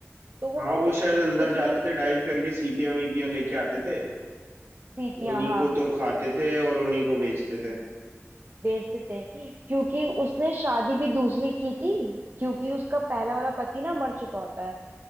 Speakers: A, on the right (about 45°); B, on the right (about 65°).
A: तो वो
B: हाँ वो शायद अंदर
A: उसने
B: जाते
A: उस
B: थे डाइव करके सीपियां वीपियां लेके आते थे
A: सीपियां
B: उन्हीं
A: हाँ
B: को तो खाते थे और उन्हीं को बेचते थे
A: बेचते थे क्योंकि उसने शादी भी दूसरी की थी क्योंकि उसका पहला वाला पति ना मर चुका होता है